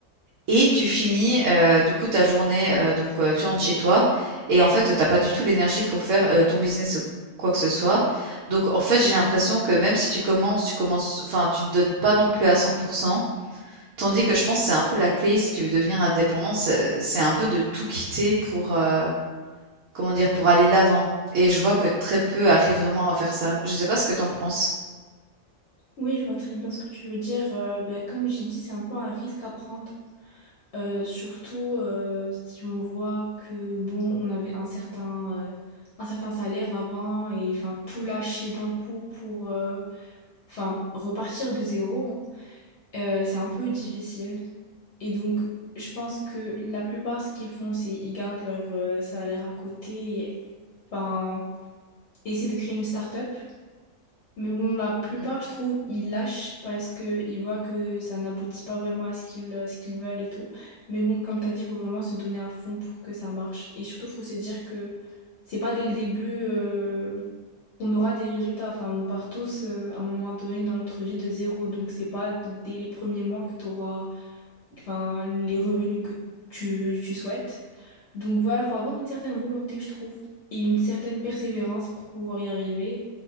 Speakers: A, on the right (about 75°); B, on the left (about 65°).
A: et tu finis euh, du coup ta journée, euh, donc euh, tu rentres chez toi et en fait, t'as pas du tout l'énergie pour faire euh, ton business ou quoi que ce soit. Donc en fait, j'ai l'impression que même si tu commences, tu commences, enfin, tu te donnes pas non plus à 100%. Tandis que je pense que c'est un peu la clé si tu veux devenir indépendant, c'est c'est un peu de tout quitter pour euh, comment dire pour aller de l'avant. Et je vois que très peu arrivent vraiment à faire ça. Je sais pas ce que t'en penses.
B: Oui, je vois très bien ce que tu veux dire. Euh, ben, comme j'ai dit, c'est un peu un risque à prendre. Euh, surtout euh, si on voit que, bon, on avait un certain, euh, un certain salaire avant et enfin, tout lâcher d'un coup pour euh, enfin, repartir de zéro, hein, euh, c'est un peu difficile. Et donc, je pense que la plupart, ce qu'ils font, c'est ils gardent leur euh, salaire à côté et enfin, essaient de créer une start-up Mais bon, la plupart,
A: Mm.
B: je trouve, ils lâchent parce qu'ils voient que ça n'aboutit pas vraiment à ce qu'ils à ce qu'ils veulent et tout. Mais bon, comme tu as dit, il faut vraiment se donner à fond pour que ça marche. Et surtout, il faut se dire que c'est pas dès le début euh, qu'on aura des résultats. Enfin, on part tous euh, à un moment donné dans notre vie de zéro. Donc, c'est pas dès les premiers mois que tu auras enfin, les revenus que tu, tu souhaites. Donc, voilà, il faut avoir une certaine volonté, je trouve, et une certaine persévérance pour pouvoir y arriver